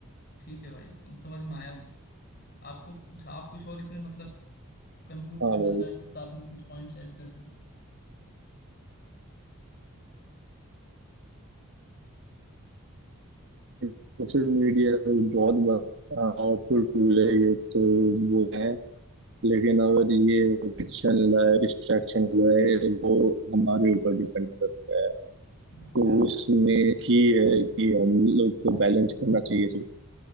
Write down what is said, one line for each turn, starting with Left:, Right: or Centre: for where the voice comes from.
Left: ठीक है भाई एकदम समझ में आया मुझे आपको कुछ आप कुछ और इसमें मतलब कंक्लूड
Right: हाँ
Left: करना
Right: भाई
Left: चाहेंगे साथ में कुछ पॉइंट्स ऐड करके
Right: सोशल मीडिया बहुत पावरफुल टूल है ये तो वो है लेकिन अगर ये एडिक्शन लाए डिस्ट्रैक्शन लाए वो हमारे ऊपर डिपेंड करता है
Left: एकदम
Right: तो उसमें ही है कि हम लोग को बैलेंस करना चाहिए सब